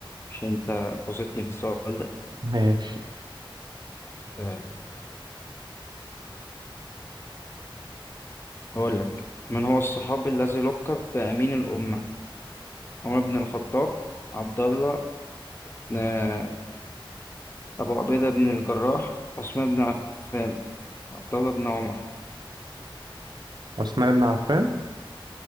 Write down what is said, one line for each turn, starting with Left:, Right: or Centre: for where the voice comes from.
Left: مش انت بصيتني في السؤال ده
Right: ماشي
Left: آه هقول لك من هو الصحابي الذي لقب بأمين الأمة عمر بن الخطاب عبد الله آه أبو عبيدة بن الجراح عثمان بن عفان عبد الله بن عمر
Right: عثمان بن عفان